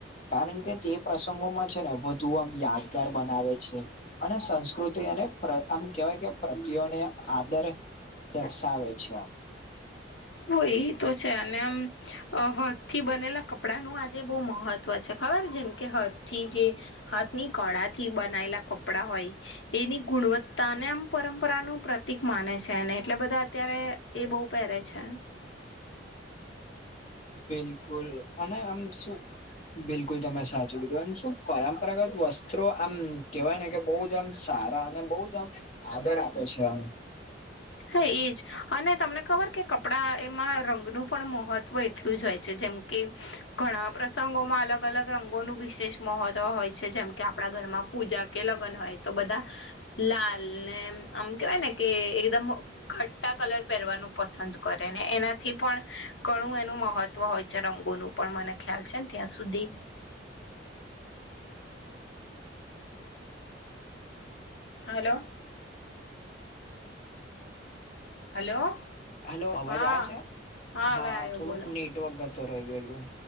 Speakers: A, on the left; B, on the left.
A: કારણ કે તે પ્રસંગોમાં છે ને વધ ધુ આમ યાદગાર બનાવે છે. અને સંસ્કૃતિ અને પ્ર આમ કેવાય કે પ્રત્યોને આદર દર્શાવે છે આમ.
B: હો ઈ તો છે અને આમ. અ હાથ થી બનેલા કપડાનું આજે બઉ મહત્વ છે. ખબર જેમ કે હાથ થી જે હાથ ની કળાથી બનાયેલા કપડા હોય. એની ગુણવત્તાને આમ પરંપરાનું પ્રતિક માને છે એને એટલે બધા અત્યારે એ બહુ પહેરે છે. <unintelligible>
A: બિલકુલ અને આમ શું બિલકુલ તમે સાચું કીધું, અને શું પરંપરાગત વસ્ત્રો આમ. કહેવાય ને કે બહુ જ આમ સારા, અને બહુ જ આમ આદર આપે છે આમ.
B: હા એજ. અને તમને ખબર કે કપડાં એમાં રંગનું પણ મહત્ત્વ એટલું જ હોય છે. જેમ કે ઘણા પ્રસંગોમાં અલગ-અલગ રંગોનું વિશેષ મહત્વ હોય છે. જેમ કે આપ પણાં ઘરમાં પૂજા કે લગ્ન હોય તો બધા લાલ ને આમ કહેવાય ને કે એકદમ ઘટ્ટા કલર પહેરવાનું પસંદ કરે. ને એનાથી પણ ઘણું એનું મહત્વ હોય છે રંગોનું પણ મને ખ્યાલ છેન ત્યાં સુધી. હલો. હલો.
A: હલો. અવાજ
B: હા
A: આવે છે? હા
B: હવે આવ્યો
A: થોડુક
B: બોલો
A: નેટ વર્ક જતો રહી ગયેલું.